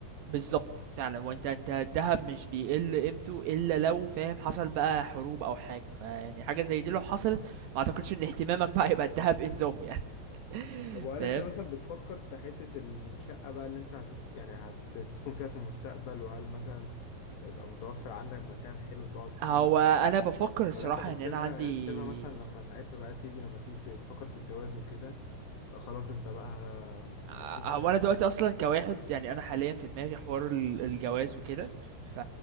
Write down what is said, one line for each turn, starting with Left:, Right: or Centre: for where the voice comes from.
Right: بالضبط فعلًا، هو أنت أنت الدهب مش بيقل قيمته إلا لو فاهم حصل بقى حروب أو حاجة، فيعني حاجة زي دي لو حصلت ما أعتقدش إن اهتمامك بقى هيبقى الدهب إنظامه يعني <laughs>
Left: طب وهل
Right: فاهم؟
Left: انت مثلا بتفكر في حتة الشقة بقى اللي انت هتت... يعني هتسكن فيها في المستقبل وهل مثلا هيبقى متوفر عندك مكان حلو تقعد فيه
Right: هو أنا بافكر الصراحة
Left: ولا انت بتسيبها
Right: يعني أنا عندي
Left: يعني انت سيبها مثلا لما ساعتها بقى تيجي لما تيجي تفكر في الجواز وكده آه، خلاص انت بقى
Right: آآ
Left: هتشوف ساعتها
Right: هو أنا دلوقتي أصلًا كواحد يعني أنا حاليًا في دماغي حوار ال الجواز وكده، ف